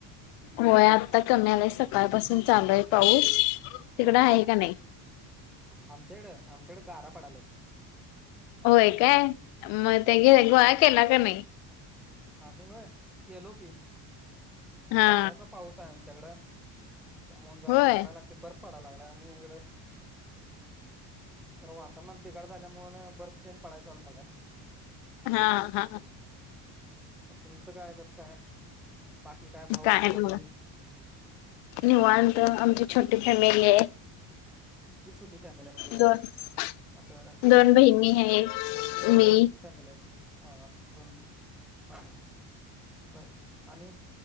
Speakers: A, on the left; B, in the centre.
A: होय आता कमी आलाय सकाळ पासून चालू आहे पाऊस तिकड आहे का नाही.
B: आमच्याकडे आमच्याकडे गारा पडाल्यात.
A: होय काय मग ते गोळा केला का नाही.
B: आम्ही वय केलो की,
A: हा
B: गाराचा पाऊस आमच्याकडे त्यामुळं जरा
A: होय
B: करायला लागते बर पडा लागला आणि इकडं. तर वातावरणात बिघड झाल्यामुळेण बर्फतेन पडाय चालू झाला.
A: हा हा
B: मग तुमचं काय कसं काय. बाकी भाऊ
A: काय
B: बहीण
A: मग निवांत, आमची छोटी आहे.
B: कीती छोटी फॅमिली आहे, म्हणजे
A: दोन
B: असं
A: दोन बहिणी आहेत
B: दोन तीन फुटाची.
A: मी
B: फम हा दोन ह बर आणि